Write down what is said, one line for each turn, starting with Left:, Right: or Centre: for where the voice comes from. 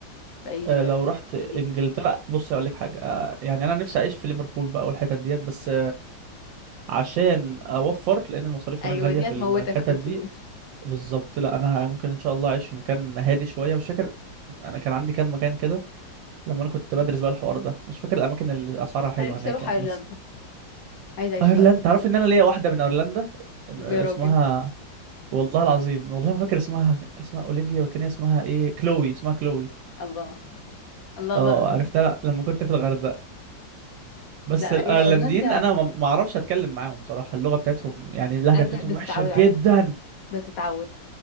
Left: في اي
Right: آه، لو رحت انجلترا
Left: مدينة
Right: بص اقول لك حاجه آه، يعني انا نفسي اعيش في ليفربول بقى والحتت ديت بس عشان اوفر لان المصاريف
Left: ايوه
Right: هناك غاليه
Left: دي
Right: في
Left: هتموتك
Right: ال- الحتت
Left: في
Right: دي
Left: الفلوس
Right: بالظبط لا انا ممكن ان شاء الله اعيش في مكان هادي شويه مش فاكر انا كان عندي كام مكان كده لما انا كنت بدرس بقى الحوار ده مش فاكر الاماكن اللي اسعارها حلوه
Left: انا نفسي
Right: هناك
Left: اروح
Right: يعني
Left: ايرلندا
Right: بس
Left: عايزة اعيش
Right: ايرلندا
Left: في ايرلندا
Right: تعرف ان انا ليا واحده من ايرلندا أم-
Left: يا
Right: اسمها
Left: راجل
Right: والله العظيم والله ما فاكر اسمها اسمها اولivia والتانية اسمها ايه كلوي اسمها كلوي
Left: الله الله
Right: اه
Left: بقى
Right: عرفتها لا لما كنت في الغردقه بس
Left: لا
Right: الايرلنديين
Left: هي ايرلندا
Right: انا ما ما اعرفش اتكلم معاهم صراحه اللغه بتاعتهم يعني اللهجه
Left: أنا
Right: بتاعتهم
Left: لا بتتعود
Right: وحشه جدا
Left: عليها بتتعود